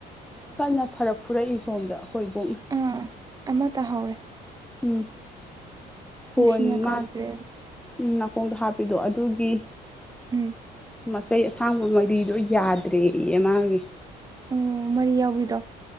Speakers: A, in the centre; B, on the right.
A: ꯀꯟꯅ ꯐꯔꯛ ꯐꯨꯔꯛꯏ ꯁꯣꯝꯗ ꯑꯩꯈꯣꯏꯕꯣꯛꯅ
B: ꯑꯥ ꯑꯃ ꯇꯥꯍꯧꯔꯦ
A: ꯎꯝ ꯐꯣꯟꯣꯟ
B: ꯅꯨꯡꯁꯤꯅ
A: ꯃꯥ
B: ꯀꯧꯈ꯭ꯔꯦ
A: ꯎꯝ ꯅꯥꯀꯣꯡꯗꯣ ꯍꯥꯞꯄꯤꯗꯣ ꯑꯗꯨꯒꯤ
B: ꯎꯝ
A: ꯃꯆꯩ ꯑꯁꯥꯡꯕ ꯃꯔꯤꯗꯣ ꯌꯥꯗ꯭ꯔꯦ ꯏ ꯃꯥꯒꯤ
B: ꯎ ꯃꯔꯤ ꯌꯥꯎꯕꯤꯗꯣ